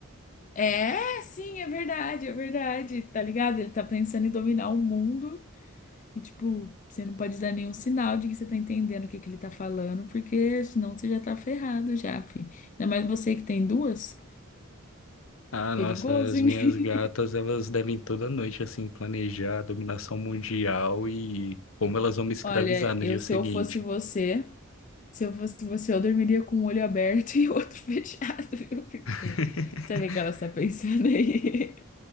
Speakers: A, on the left; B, on the left.
A: É, sim, é verdade, é verdade, tá ligado? Ele tá pensando em dominar o mundo e, tipo, você não pode dar nenhum sinal de que você tá entendendo o que que ele tá falando, porque senão você já tá ferrado já, fi. Ainda mais você que tem duas,
B: Ah, nossa,
A: perigoso,
B: as
A: hein?
B: minhas gatas,
A: <laughs>
B: elas devem toda noite, assim, planejar a dominação mundial e como elas vão me escravizar
A: Olha,
B: no
A: eu
B: dia seguinte.
A: se eu fosse você, se eu fosse você, eu dormiria com um olho aberto <laughs> e outro fechado, viu? Porque
B: <laughs>
A: sabe o que ela está pensando aí?